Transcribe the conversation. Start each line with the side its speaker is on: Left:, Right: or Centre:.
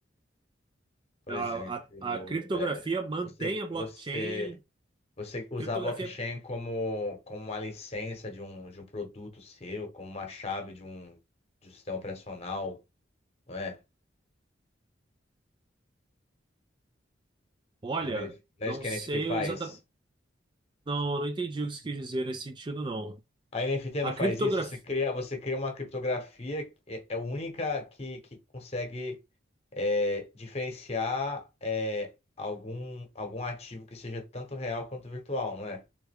Left: Por
Right: A,
Left: exemplo,
Right: a, a criptografia
Left: é,
Right: mantém
Left: você,
Right: a
Left: você,
Right: blockchain.
Left: você usar
Right: Criptografia,
Left: blockchain como, como uma licença de um, de um produto seu, como uma chave de um, de um sistema operacional, não é?
Right: olha,
Left: Não é, isso- não
Right: não
Left: é isso que
Right: sei
Left: a NFT faz?
Right: exatamente. Não, não entendi o que você quis dizer nesse sentido, não.
Left: A NFT
Right: A
Left: não
Right: criptografia.
Left: faz isso? Você cria, você cria uma criptografia que é, é única que, que consegue é, diferenciar é, algum, algum ativo que seja tanto real quanto virtual, não é?